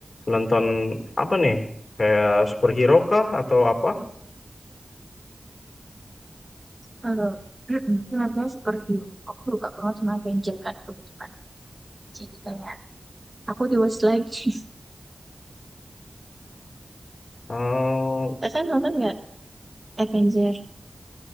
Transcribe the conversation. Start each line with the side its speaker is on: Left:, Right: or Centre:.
Left: nonton apa nih? Kayak superhero kah atau apa?
Right: kalau mm-mm, filmnya <clears throat> superhero, aku suka banget sama Avenger kan kebetulan. Jadi kayak aku rewatch lagi. <laughs>
Left: Oh,
Right: Kakak nonton nggak Avenger?